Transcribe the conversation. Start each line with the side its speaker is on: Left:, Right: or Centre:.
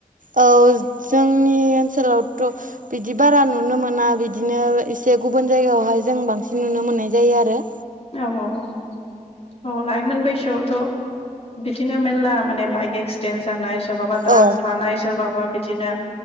Right: औ जोंनि ओनसोलावथ' बिदि बारा नुनो मोना बिदिनो एसे गुबुन जायगायावहाय जों बांसिन नुनो मोननाय जायो आरो
Left: औ औ औ औ लायोमोन बैसोआवथ'। बिदिनो मेल्ला माने बाइक एक्सिडेन्ट जानाय सोरबाबा द्राग्स
Right: औ
Left: लानाय सोरबाबा बिदिनो।